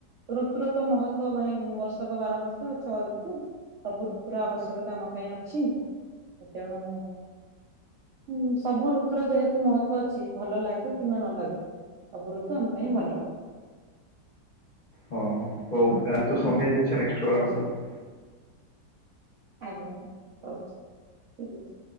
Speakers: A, on the right; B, on the left.
A: ଋତୁୁର ତ ମହତ ମାନେ ବର୍ଷକ ବାର ମାସ ଛଅ ଋତୁ। ସବୁ ଋତୁର ଆବଶ୍ୟକତା ଆମ ପାଇଁ ଅଛି ତେଣୁ ହୁଁ ସବୁ ଋତୁର ଯେହେତୁ ମହତ୍ୱ ଅଛି ଭଲ ଲାଗୁ କିମ୍ବା ନ ଲାଗୁ ସବୁ ଋତୁ ତୁ ଆମ ପାଇଁ ଭଲ।
B: ହଁ ହଉ ଆଜି
A: ଆଉ
B: ତ ସମୟ
A: ଟିକେ
B: ହେଇ ଯାଇଛି ନେଷ୍ଟ
A: ଆଉ
B: କଲ୍
A: ବର୍ଷ
B: ରେ କଥା ହେବା।
A: ଆଜ୍ଞା ଆଜ୍ଞା ହଉଛି ଠିକ ଅଛି।